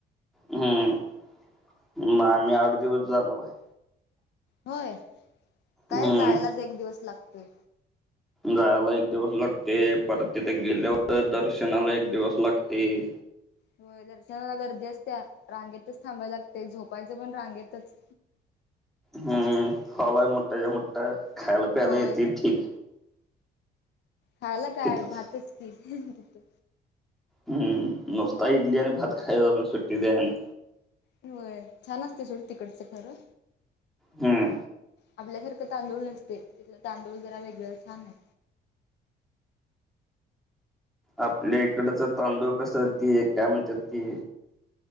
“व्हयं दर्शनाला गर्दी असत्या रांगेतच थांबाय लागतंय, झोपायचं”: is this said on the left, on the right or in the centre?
Left